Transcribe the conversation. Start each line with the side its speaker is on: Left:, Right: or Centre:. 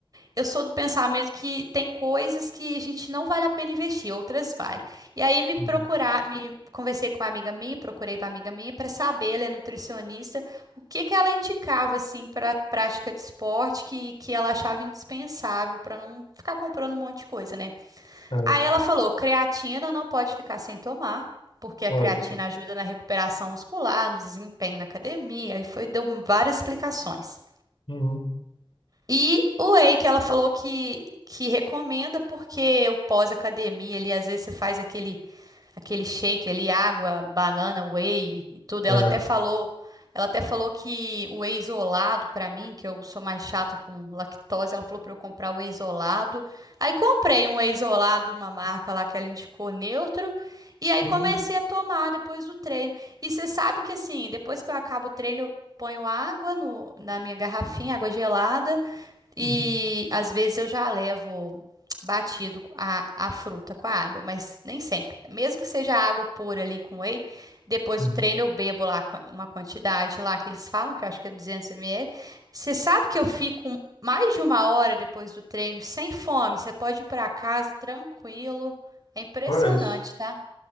Right: Eu sou do pensamento que tem coisas que a gente não vale a pena investir, outras vale. E aí me procurar,
Left: Uhum.
Right: me conversei com uma amiga minha, procurei uma amiga minha para saber, ela é nutricionista, o que que ela indicava assim para prática de esporte que, que ela achava indispensável para não ficar comprando um monte de coisa, né?
Left: É,
Right: Aí ela falou, creatina não pode ficar sem tomar. Porque a
Left: olha
Right: creatina
Left: só.
Right: ajuda na recuperação muscular, no desempenho na academia, e foi, deu várias explicações.
Left: Uhum.
Right: E o whey que ela falou que, que recomenda porque o pós-academia ali, às vezes você faz aquele, aquele shake ali, água, banana, whey e tudo. Ela
Left: É.
Right: até falou, ela até falou que o whey isolado pra mim, que eu sou mais chata com lactose, ela falou pra eu comprar o whey isolado. Aí comprei um whey isolado de uma marca lá que ela indicou neutro, e aí
Left: Uhum.
Right: comecei a tomar depois do treino. E você sabe que assim, depois que eu acabo o treino, eu ponho água no, na minha garrafinha, água gelada. E
Left: Uhum.
Right: às vezes eu já levo batido a, a fruta com a água, mas nem sempre. Mesmo que seja água pura ali com whey, depois
Left: Uhum.
Right: do treino eu bebo lá qua- uma quantidade lá que eles falam, que eu acho que é 200 ml. Você sabe que eu fico mais de uma hora depois do treino sem fome. Você pode ir para casa tranquilo. É impressionante,
Left: Olha isso.
Right: tá?